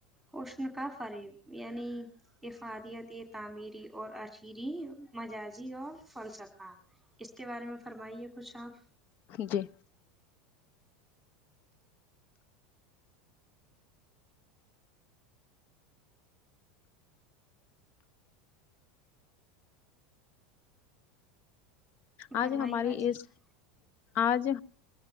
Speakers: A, in the centre; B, on the left.
A: حشن کا فریب یعنی افادیت یہ تعمیری اور اری مجازی اور فلسفہ اس کے بارے میں فرمائیے کچھ آپ
B: جی
A: فرمائیے
B: آج ہماری
A: باجی
B: اس آج